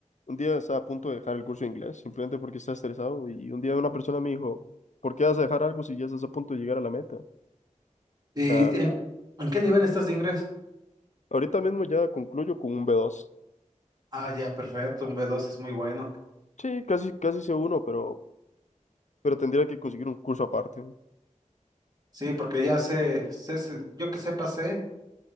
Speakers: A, on the left; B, on the right.
A: un día estaba a punto de dejar el curso de inglés, simplemente porque estaba estresado. Y un día una persona me dijo, ¿por qué vas a dejar algo si ya estás a punto de llegar a la meta? O
B: y
A: sea,
B: en, ¿en qué nivel estás de inglés?
A: ahorita mismo ya concluyo con un b dos
B: Ah, ya, perfecto, un b dos es muy bueno.
A: Sí, casi, casi c uno pero, pero tendría que conseguir un curso aparte.
B: Sí, porque ya sé, sé, sé- yo que sé, pasé,